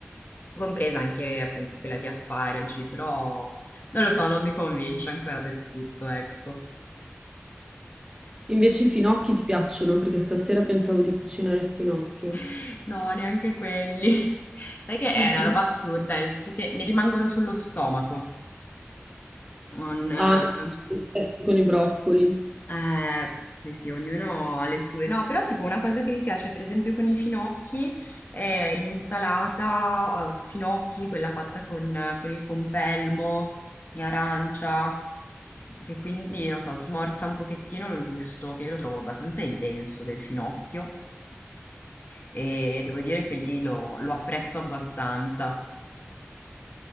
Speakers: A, on the left; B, on the right.
A: compresa anche appunto quella di asparagi, però non lo so, non mi convince ancora del tutto, ecco.
B: Invece i finocchi ti piacciono, perché stasera pensavo di cucinare il finocchio.
A: <laughs> No, neanche quelli. <laughs> Sai che è
B: <laughs>
A: una roba assurda, nel senso che mi rimangono sullo stomaco. Non, eh,
B: Ah, no, sì, certo, con i broccoli.
A: Eh, poi sì, ognuno ha le sue. No, però tipo una cosa che mi piace, per esempio, con i finocchi è l'insalata, eh, di finocchi, quella fatta con, con il pompelmo, in arancia, che quindi, non so, smorza un pochettino il gusto, che io lo trovo abbastanza intenso del finocchio. E devo dire che lì lo lo apprezzo abbastanza.